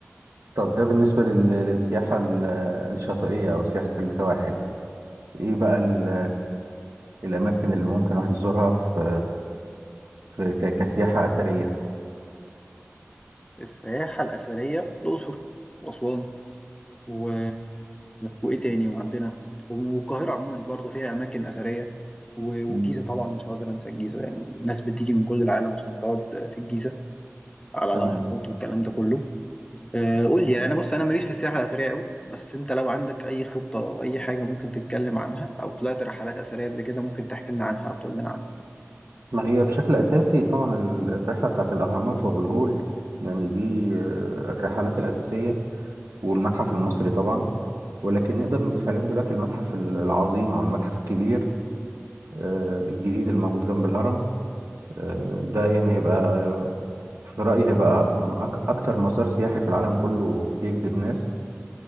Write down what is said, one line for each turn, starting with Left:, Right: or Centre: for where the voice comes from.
Right: طب ده بالنسبة لل... للسياحة ال- الشاطئية أو سياحة السواحل إيه بقى ال... الأماكن اللي ممكن الواحد يزورها في في ك... كسياحة أثرية
Left: السياحة الأثرية الأقصر وأسوان و... وايه تاني وعندنا والقاهره عموما برضو فيها اماكن اثريه و- والجيزه
Right: مم.
Left: طبعا مش هقدر انسى الجيزه يعني الناس بتيجي من كل العالم عشان تقعد في الجيزه على
Right: تمام
Left: الاهرامات والكلام ده كله آه، قول لي يعني انا بص انا ماليش في السياحه الاثريه قوي بس انت لو عندك اي خطه او اي حاجه ممكن تتكلم عنها او طلعت رحلات اثريه قبل كده ممكن تحكي لنا عنها او تقول لنا عنها
Right: ما هي بشكل أساسي طبعا ال- الرحلة بتاعت الأهرامات وأبو الهول لأن دي آه، الرحلات الأساسية والمتحف المصري طبعا ولكن نقدر نضيف عليهم دلوقتي المتحف ال- العظيم أو المتحف الكبير آه، الجديد الموجود جنب الهرم آه، ده يعني هيبقى آه، في رأيي هيبقى أك- أكتر مزار سياحي في العالم كله بيجذب ناس